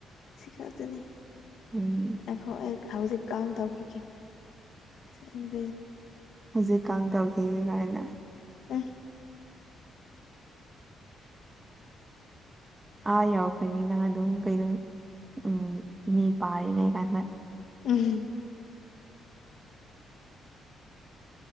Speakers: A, on the left; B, on the right.
A: ꯁꯤ ꯈꯇꯅꯦ
B: ꯎꯝ
A: ꯑꯦꯈꯣ ꯍꯧꯥꯎꯖꯤ ꯀꯥꯎꯟ ꯇꯧꯈꯤꯒꯦ ꯎꯝ
B: ꯍꯧꯖꯤꯛꯀ ꯇꯧꯈꯤꯔ ꯍꯥꯏꯅ
A: ꯎꯝ
B: ꯑꯥ ꯌꯎꯔꯈ꯭ꯔꯅꯤ ꯅꯪ ꯑꯗꯨꯝ ꯀꯩꯅꯣ ꯎꯝ ꯃꯤ ꯄꯥꯔꯤꯉꯩ ꯀꯥꯟꯗ
A: ꯎꯝ